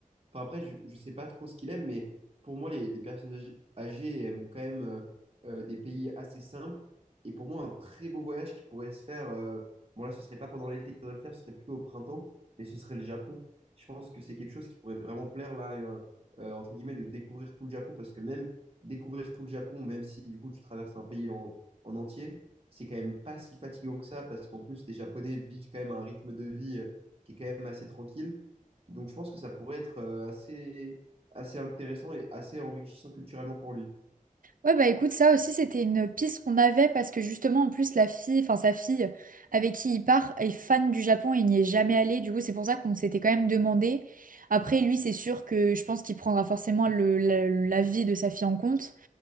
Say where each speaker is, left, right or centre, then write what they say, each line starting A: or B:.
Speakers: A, on the right; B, on the right.
A: Enfin, après, je, je sais pas trop ce qu'il aime, mais pour moi, les, les personnes âg- âgées aiment quand même euh, euh, des pays assez simples. Et pour moi, un très beau voyage qui pourrait se faire, euh, bon là, ce serait pas pendant l'été qu'il faudrait le faire, ce serait plutôt au printemps, mais ce serait le Japon. Je pense que c'est quelque chose qui pourrait vraiment plaire, là, euh, euh, entre guillemets, de découvrir tout le Japon, parce que même découvrir tout le Japon, même si du coup tu traverses un pays en, en entier, c'est quand même pas si fatigant que ça, parce qu'en plus, les Japonais vivent quand même un rythme de vie euh, qui est quand même assez tranquille. Donc, je pense que ça pourrait être euh, assez, assez intéressant et assez enrichissant culturellement pour lui.
B: Ouais, bah écoute, ça aussi, c'était une piste qu'on avait parce que justement, en plus, la fille, enfin sa fille avec qui il part est fan du Japon et il n'y est jamais allé. Du coup, c'est pour ça qu'on s'était quand même demandé. Après, lui, c'est sûr que je pense qu'il prendra forcément le, la, l'avis de sa fille en compte.